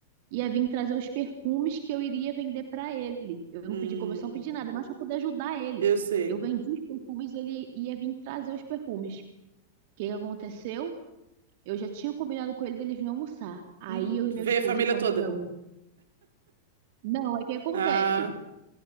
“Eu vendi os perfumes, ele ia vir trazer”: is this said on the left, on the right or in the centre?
Right